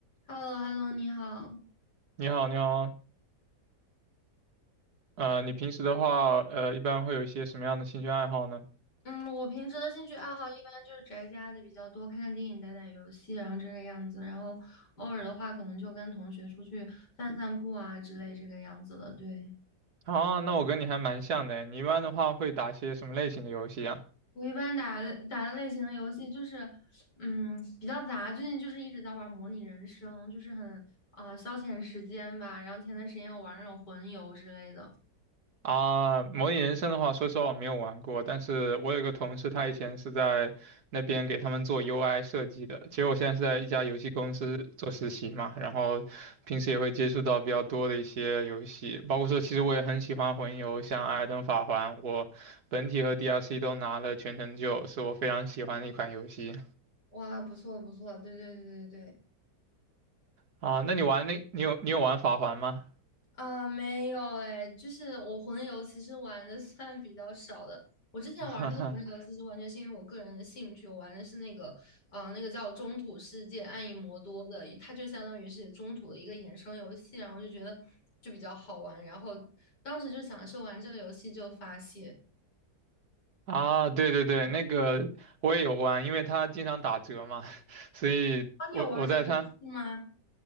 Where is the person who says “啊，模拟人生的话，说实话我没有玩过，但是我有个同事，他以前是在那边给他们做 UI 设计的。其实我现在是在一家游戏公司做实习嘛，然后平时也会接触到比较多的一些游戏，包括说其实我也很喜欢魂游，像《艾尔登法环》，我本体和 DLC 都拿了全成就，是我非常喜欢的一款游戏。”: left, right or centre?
Right